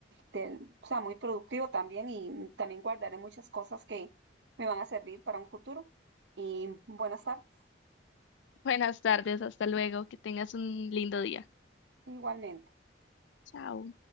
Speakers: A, on the right; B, on the left.
A: del- o sea, muy productivo también y también guardaré muchas cosas que me van a servir para un futuro. Y buenas tardes,
B: <laughs> Buenas tardes, hasta luego. Que tengas un lindo día.
A: igualmente.
B: Chao.